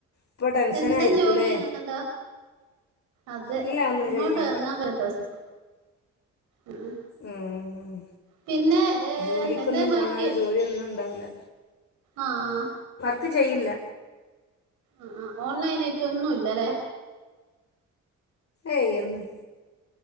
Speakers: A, on the left; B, on the right.
A: ഇപ്പൊ ടെൻഷനായിരിക്കൂല്ലേ
B: എന്താ <unintelligible> ജോലിയ്യു <unintelligible> ന്നുണ്ടോ അതെ
A: ഇല്ല ഒന്നും
B: എങ്ങോട്ട്
A: ചെയ്യണില്ല
B: എറങ്ങാൻ പറ്റാസ് ഉ
A: ഉം
B: പിന്നെ ഏ
A: ജോലിക്കൊന്നും
B: എന്തെ വർക്ക്
A: പോണോരെ ജോലിയൊന്നും ഉണ്ടാവൂല്ല
B: ആഹ
A: ത് ചെയ്യില്ല
B: ആ ആ ഓൺലൈൻ ആയിട്ട് ഒന്നുല്ല ലെ
A: ഏയ് ഒന്നുല